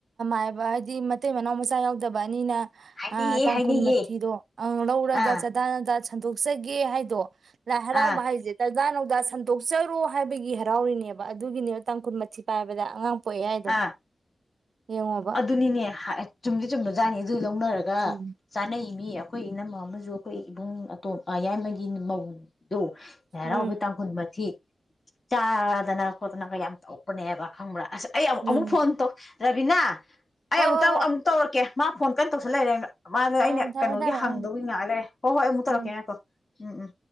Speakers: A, on the right; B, on the left.
A: ꯥꯏꯕ ꯍꯥꯏꯗꯤ ꯃꯇꯩ ꯃꯅꯥꯎ ꯃꯆꯥ ꯌꯥꯎꯗꯕ ꯑꯅꯤꯅ
B: ꯍꯥꯏꯅꯩꯌꯦ
A: ꯑ ꯇꯥꯡꯀꯨꯟ
B: ꯍꯥꯏꯅꯩꯌꯦ
A: ꯃꯊꯤꯗꯨꯣ ꯑ ꯂꯧꯔꯒ
B: ꯑꯥ
A: ꯆꯗꯥꯅ ꯁꯟꯗꯣꯛꯆꯒꯦ ꯍꯥꯏꯗꯣ ꯂꯍꯔꯥꯎ
B: ꯑꯥ
A: ꯍꯥꯏꯖꯦꯅ ꯗ ꯁꯟꯗꯣꯛꯆꯔꯣ ꯍꯥꯏꯕꯒꯤ ꯍꯔꯥꯎꯔꯤꯅꯦꯕ ꯑꯗꯨꯒꯤꯅꯦꯕ ꯇꯥꯡ ꯀꯨꯟ ꯃꯊꯤ ꯄꯥꯏꯕꯗ ꯑꯉꯥꯡ ꯄꯣꯛꯑꯦ ꯍꯥꯏꯗꯣ
B: ꯑ
A: ꯌꯦꯡꯉꯣꯕ
B: ꯑꯗꯨꯅꯤꯅꯦ ꯆꯨꯝꯗꯤ ꯆꯨꯝꯕ ꯖꯥꯠꯅꯤ ꯂꯧꯅꯔꯒ
A: ꯎꯝ
B: ꯆꯥꯅꯩ ꯃꯤ ꯑꯩꯈꯣꯏ ꯏꯅꯝꯃ ꯑꯃꯁꯨ ꯑꯩꯈꯣꯏ ꯏꯕꯨꯡ ꯑꯇꯣꯝꯌꯥꯏꯃꯒꯤ ꯃꯧꯗꯨ ꯌꯥꯔꯥꯎꯥꯎꯕ
A: ꯎꯝ
B: ꯇꯥꯡꯈꯨꯟ ꯃꯊꯤ ꯆꯥꯗꯅ ꯈꯣꯠꯇꯅꯒ ꯌꯥꯝ ꯇꯧꯄꯅꯦꯕ ꯈꯪꯕ꯭ꯔꯥ ꯑꯁ ꯑꯩ
A: ꯎꯝ
B: ꯑꯃꯨꯛ ꯐꯣꯟ ꯇ ꯔꯕꯤꯅꯥ ꯑꯩ
A: ꯍꯣꯏ
B: ꯑꯃꯨꯛꯇꯪ
A: ꯍꯣꯏ ꯍꯣꯏ
B: ꯑꯃꯨꯛ ꯇꯧꯔꯛꯀꯦ ꯃꯥ ꯐꯣꯟ ꯀꯩꯅꯣ ꯇꯧꯁꯜ ꯂꯩꯔꯦ ꯃꯥꯅ ꯑꯩꯅ
A: ꯑꯥ ꯊꯝꯃꯦ
B: ꯀꯩꯅꯣꯒꯤ
A: ꯊꯝꯃꯦ
B: ꯍꯪꯗꯧꯒꯤ
A: ꯑꯪ
B: ꯉꯥꯏ ꯂꯩꯔꯦ ꯍꯣꯏ ꯍꯣꯏ ꯑꯃꯨꯛ ꯇꯧꯔꯛꯀꯦ
A: ꯎꯝ
B: ꯍꯥꯏꯀꯣ ꯎꯝ ꯎꯝ